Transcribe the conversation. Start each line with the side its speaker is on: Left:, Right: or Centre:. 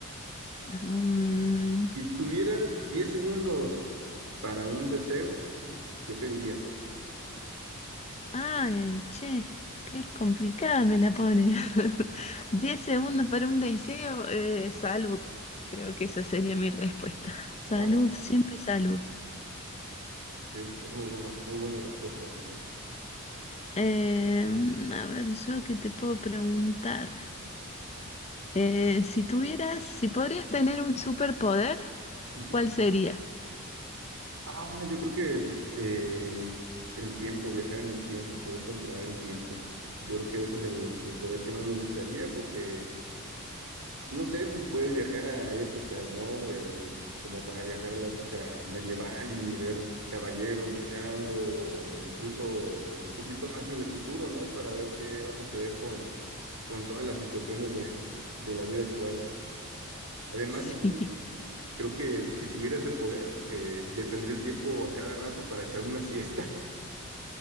Left: Mm,
Right: Si tuvieras 10 segundos para un deseo, ¿qué pedirías?
Left: Ay, che, qué complicada me la pone. <laughs> Diez segundos para un deseo, eh, salud. Creo que esa sería mi respuesta. Salud,
Right: Wow,
Left: siempre salud.
Right: es, es muy buena, muy buena respuesta, la verdad.
Left: Em, a ver, yo qué te puedo preguntar. Eh, si tuvieras, si podrías tener un superpoder,
Right: Ujú.
Left: ¿cuál sería?
Right: Ah, yo creo que eh, el tiempo, viajar en el tiempo, poder controlar el tiempo. Yo creo que ese es el, el poder que más me gustaría porque No sé, pues puedes viajar a épocas, ¿no? Eh, como para viajar a la época medieval y ver caballeros luchando, o incluso un poquito más en el futuro, ¿no? Para ver qué va a suceder con, con todas las situaciones de, de la vida actual. Además,
Left: Sí,
Right: aquí creo que si tuviera ese poder, eh, detendría el tiempo a cada rato para echarme una siesta.